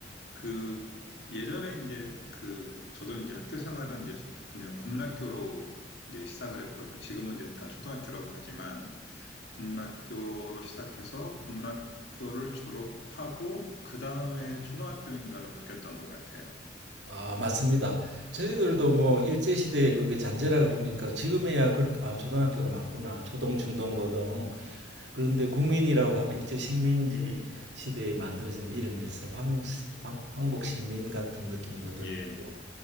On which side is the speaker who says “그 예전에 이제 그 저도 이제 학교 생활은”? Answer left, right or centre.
Left